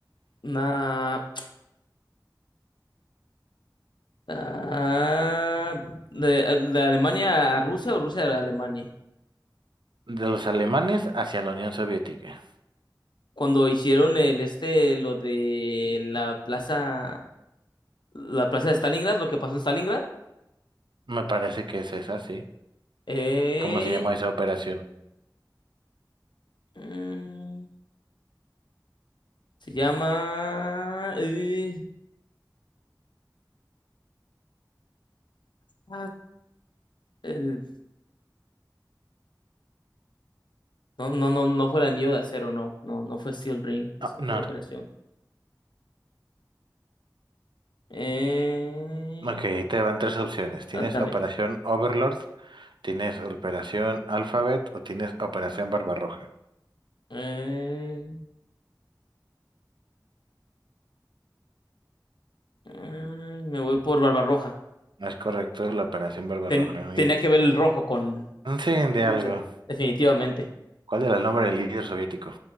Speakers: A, on the left (about 80°); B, on the right (about 85°).
A: Na- ah, de, de Alemania a Rusia o Rusia a Alemania.
B: De los alemanes hacia la Unión Soviética.
A: Cuando hicieron el este, lo de la plaza, la plaza de Stalingrad, lo que pasó en Stalingrad.
B: Me parece que es esa, sí.
A: Eh,
B: ¿Cómo se llamó esa operación?
A: mm, se llama. eh, ah, eh, no, no, no, no fue el anillo de acero, no. No, no fue Steel Ring. Esa
B: Ah, no.
A: fue la operación. Eh,
B: Ok, te van tres opciones. Tienes
A: ándame.
B: Operación Overlord, tienes Operación Alphabet o tienes Operación Barbarroja.
A: Eh, mm, me voy por Barbarroja.
B: No es correcto, es la Operación Barbarroja.
A: Ten-
B: Mire.
A: tenía que ver el rojo con,
B: Un fin de
A: con Rusia,
B: algo.
A: definitivamente.
B: ¿Cuál era el nombre del líder soviético?